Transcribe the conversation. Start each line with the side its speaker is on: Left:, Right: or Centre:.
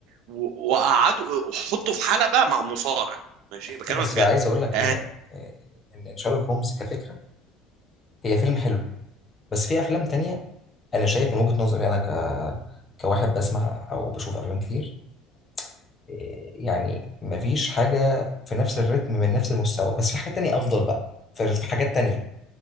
Right: و- وقعدوا وحطوا في حلبة مع مصارع ماشي بكلمك
Left: لا، بس
Right: بجد
Left: عايز اقول لك
Right: هات
Left: ان ان إن شارلوك هومز كفكره هي فيلم حلو بس في افلام تانية انا شايف من وجهه نظري انا ك كواحد بسمع او بشوف افلام كتير إيه، يعني مفيش حاجه في نفس الريتم من نفس المستوى بس في حاجه تانية افضل بقى في في حاجات تانية